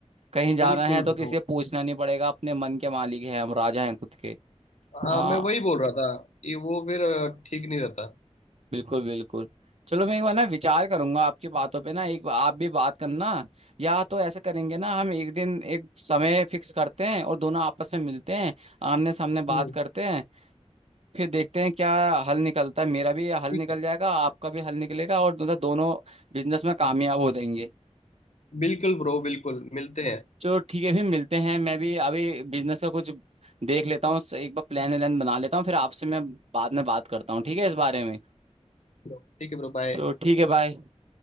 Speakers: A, on the right; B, on the left.
A: कहीं जाना
B: बिल्कुल
A: है तो
B: ब्रो
A: किसी से पूछना नहीं पड़ेगा अपने मन के मालिक हैं हम राजा हैं खुद के
B: हाँ
A: हाँ
B: मैं वही बोल रहा था कि वो फिर अ, ठीक नहीं रहता
A: बिल्कुल बिल्कुल चलो मैं एक बार ना विचार करूंगा आपकी बातों पे ना एक बार आप भी बात करना या तो ऐसे करेंगे ना हम एक दिन एक समय फिक्स करते हैं और दोनों आपस में मिलते हैं आमने सामने
B: हम्म
A: बात करते हैं फिर देखते हैं क्या हल निकलता है मेरा भी हल
B: ठीक
A: निकल
B: है
A: जाएगा आपका भी हल निकलेगा और दोनों दोनों बिजनेस में कामयाब हो जाएंगे
B: बिल्कुल ब्रो बिल्कुल मिलते हैं
A: चलो ठीक है फिर मिलते हैं मैं भी अभी बिजनेस का कुछ देख लेता हूँ एक बार प्लान व्लान बना लेता हूँ फिर आपसे मैं बाद में बात करता हूँ ठीक है इस बारे में
B: ठीक है ब्रो बाय
A: चलो ठीक है बाय